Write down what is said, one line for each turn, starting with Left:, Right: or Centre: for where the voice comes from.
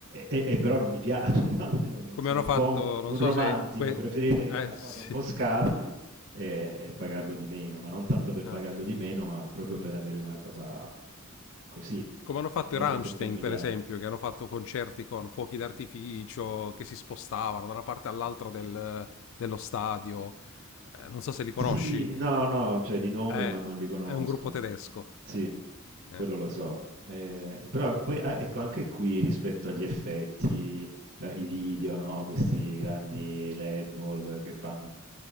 Right: e- e però non mi piace, <laughs> no? Io
Left: come
Right: sono
Left: hanno
Right: un
Left: fatto,
Right: po' un
Left: non
Right: un
Left: so
Right: romantico,
Left: se... que-
Right: preferirei
Left: eh,
Right: la
Left: sì.
Right: cosa un po' scarna e, e pagarlo di meno, ma non tanto per
Left: Ah.
Right: pagarlo di meno, ma proprio per avere una cosa così,
Left: Come hanno
Right: un
Left: fatto
Right: un
Left: i Rammstein,
Right: effetto più immediato.
Left: per esempio, che hanno fatto concerti con fuochi d'artificio, che si spostavano da una parte all'altra del- dello stadio. Eh, non so se li conosci.
Right: Sì, no, no, cioè di nome,
Left: Eh,
Right: ma non li conosco.
Left: è un gruppo tedesco.
Right: Mm, Sì,
Left: Eh.
Right: quello lo so. Eh, però poi, ah, ecco, anche qui rispetto agli effetti, eh, i video, no? Questi grandi LED wall che fanno.